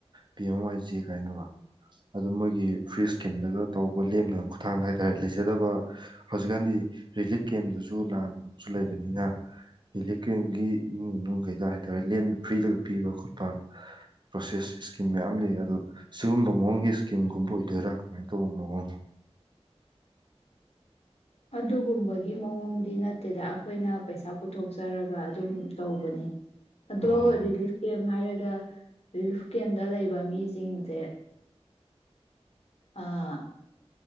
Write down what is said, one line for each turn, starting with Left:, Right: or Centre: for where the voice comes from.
Right: ꯄꯤ ꯑꯦꯝ ꯋꯥꯏ ꯖꯤ ꯀꯥꯏꯅꯕ ꯑꯗꯨ ꯃꯣꯏꯒꯤ ꯐ꯭ꯔꯤ ꯏꯁꯀꯤꯝꯗꯒ ꯇꯧꯕ ꯂꯦꯝꯅꯕ ꯈꯨꯠꯊꯥꯡꯗ ꯍꯥꯏ ꯍꯥꯏꯔꯦ ꯂꯩꯖꯗꯕ ꯍꯧꯖꯤꯛꯀꯥꯟꯗꯤ ꯔꯤꯂꯤꯞ ꯀꯦꯝꯗꯨꯁꯨ ꯂꯥꯟꯁꯨ ꯂꯩꯕꯅꯤꯅ ꯔꯤꯂꯤꯞ ꯀꯦꯝꯒꯤ ꯏꯃꯨꯡ ꯃꯅꯨꯡꯈꯩꯗ ꯍꯥꯏꯇꯥꯔꯦ ꯂꯦꯝꯅ ꯐ꯭ꯔꯤꯗꯒ ꯄꯤꯕ ꯈꯣꯠꯄ ꯄ꯭ꯔꯣꯁꯦꯁ ꯏꯁꯀꯤꯝ ꯃꯌꯥꯝ ꯂꯩ ꯑꯗꯣ ꯁꯤꯒꯨꯝꯕ ꯃꯑꯣꯡꯒꯤ ꯏꯁꯀꯤꯝꯒꯨꯝꯕ ꯑꯣꯏꯗꯣꯏꯔꯥ ꯀꯃꯥꯏꯅ ꯇꯧꯕ ꯃꯑꯣꯡꯅꯣ
Left: ꯑꯗꯨꯒꯨꯝꯕꯒꯤ ꯃꯑꯣꯡꯗꯤ ꯅꯠꯇꯦꯗ ꯑꯩꯈꯣꯏꯅ ꯄꯩꯁꯥ ꯄꯨꯊꯣꯛꯆꯔꯒ ꯑꯗꯨꯝ ꯇꯧꯕꯅꯦ ꯑꯗꯣ
Right: ꯑꯣ
Left: ꯔꯤꯂꯤꯐ ꯀ ꯍꯥꯏꯔꯒꯦ ꯁꯤ ꯔꯤꯂꯤꯐ ꯀꯦꯝꯗ ꯂꯩꯕ ꯃꯤꯁꯤꯡꯁꯦ ꯑꯥ